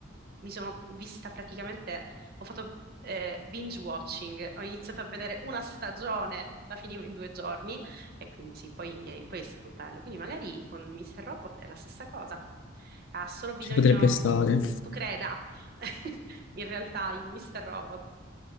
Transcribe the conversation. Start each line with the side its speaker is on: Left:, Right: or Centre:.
Right: mi sono vista praticamente, ho fatto eh, binge watching, ho iniziato a vedere una stagione, la finivo in due giorni, e quindi sì, poi, eh, poi è stato bello. Quindi magari con Mr. Robot è la stessa cosa. Ha solo bisogno
Left: ci potrebbe stare.
Right: che tu, tu creda <laughs> in realtà in Mr. Robot.